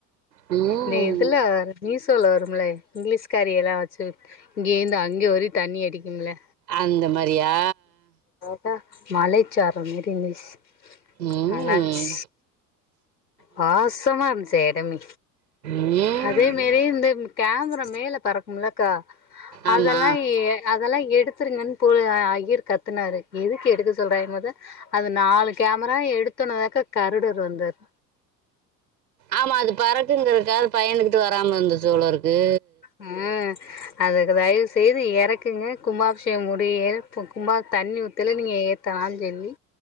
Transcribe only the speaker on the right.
ம்
அந்த மாரியா
ம்
ம்
ஆமா
ஆமா அது பறக்குங்குறதுக்காக பயந்து கிட்டு வராம இருந்துச்சு போலருக்கு